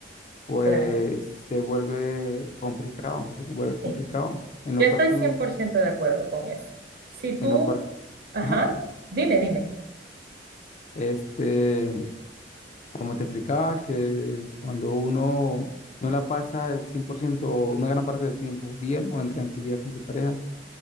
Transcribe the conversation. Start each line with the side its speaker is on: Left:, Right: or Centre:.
Left: pues
Right: Claro.
Left: se vuelve complicado, se vuelve complicado,
Right: Sí.
Left: en lo
Right: Yo
Left: cual
Right: estoy
Left: tú,
Right: cien por ciento de acuerdo con eso. Si tú,
Left: en lo cual,
Right: ajá,
Left: ajá,
Right: dime, dime.
Left: este... Como te explicaba, que cuando uno no la pasa el 100% o una gran parte del tiempo bien o en tranquilidad con su pareja,